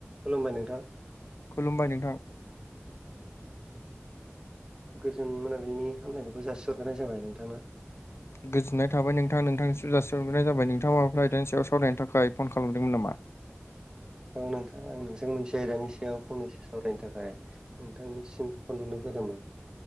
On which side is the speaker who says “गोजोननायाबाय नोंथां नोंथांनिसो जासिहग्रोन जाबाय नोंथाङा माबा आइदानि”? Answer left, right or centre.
Left